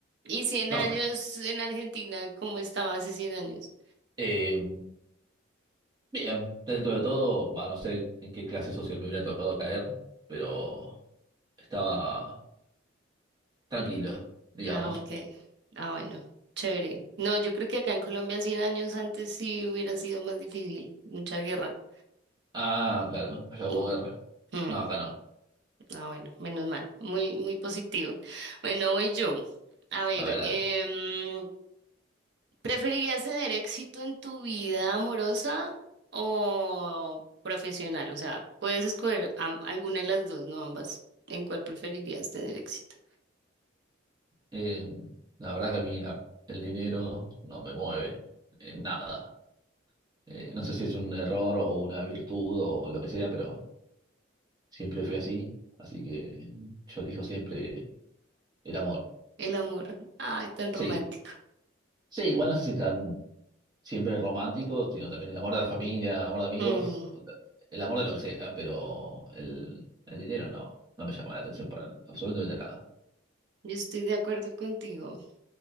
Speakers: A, on the right; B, on the right.
A: ¿Y 100
B: No
A: años
B: sé.
A: en Argentina, cómo estaba hace 100 años?
B: Eh, bien, dentro de todo, va, no sé en qué clase social me hubiera tocado caer, pero estaba tranquilo, digamos.
A: Ah, ok. Ah, bueno, chévere. No, yo creo que acá en Colombia 100 años antes sí hubiera sido más difícil, mucha guerra.
B: Ah, claro, allá hubo
A: Mm,
B: guerra.
A: mm.
B: No, acá no.
A: Ah, bueno, menos mal. Muy, muy positivo. Bueno, voy yo. A ver,
B: A ver, dale.
A: em, ¿preferirías tener éxito en tu vida amorosa o profesional? O sea, puedes escoger am- alguna de las dos, no ambas. ¿En cuál preferirías tener éxito?
B: Eh, la verdad que a mí la- el dinero no me mueve en nada. Eh, no sé si es un error o una virtud o lo que sea, pero siempre fui así. Así que yo elijo siempre el amor.
A: El amor. Ay, tan
B: Sí,
A: romántico.
B: sí, igual no sé si tan siempre romántico, sino también el amor de la familia, el amor de amigos,
A: Mm,
B: el amor de lo que sea, pero el, el dinero no, no me llama la atención para absolutamente nada.
A: yo estoy de acuerdo contigo.